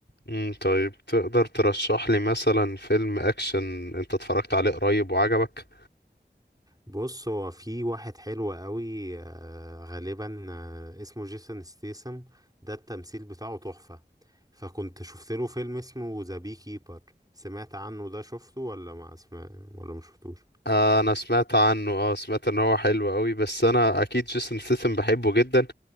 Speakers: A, on the left; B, on the right.
A: امم طيب تقدر ترشح لي مثلا فيلم اكشن انت اتفرجت عليه قريب وعجبك
B: بص هو في واحد حلو قوي آه، غالبا آه، اسمه جيسون ستيسم ده التمثيل بتاعه تحفة فكنت شفت له فيلم اسمه ذا بي كيبر سمعت عنه ده شفته ولا ما اسمع ولا ما شفتوش
A: آه انا سمعت عنه اه سمعت ان هو حلو قوي بس انا اكيد جيسون ستاثام بحبه جدا